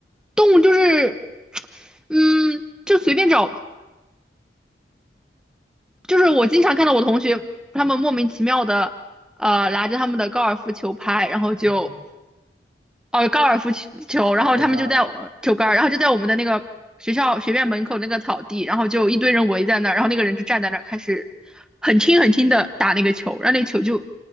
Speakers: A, in the centre; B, on the right.
A: 动物就是，嗯，就随便找，就是我经常看到我同学他们莫名其妙的，呃，拿着他们的高尔夫球拍，然后就
B: 嗯，
A: 哦，高尔夫球，然后他们就在我球杆儿然后就在我们的那个学校学院门口那个草地，
B: 球杆儿，
A: 然后就一堆人围在那儿，然后那个人就站在那儿开始很轻很轻的打那个球，然后那球就